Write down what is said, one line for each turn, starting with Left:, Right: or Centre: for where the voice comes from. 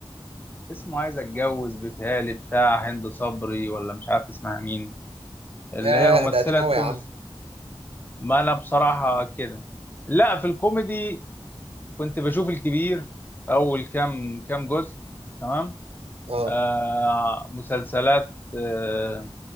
Left: اسمه عايز اتجوز بيتهيألي بتاع هند صبري ولا مش عارف اسمها مين اللي
Right: ياه
Left: هي الممثلة
Right: ده قديم قوي
Left: التونس
Right: يا عم
Left: ما انا بصراحة كده لا في الكوميدي كنت بشوف الكبير اول كام كام جزء تمام
Right: اه
Left: آه مسلسلات آه